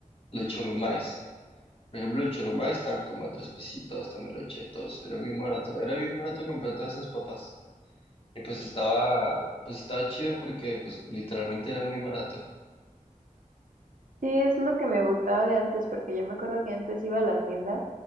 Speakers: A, on the left; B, on the right.
A: Los churrumais. Por ejemplo, los churrumais estaban como a tres pesitos, también los chetos. Era bien barato. Era bien barato comprar todas esas papas. Y pues estaba, pues estaba chido porque pues literalmente era muy barato.
B: Sí, es lo que me gustaba de antes, porque yo me acuerdo que antes iba a la tienda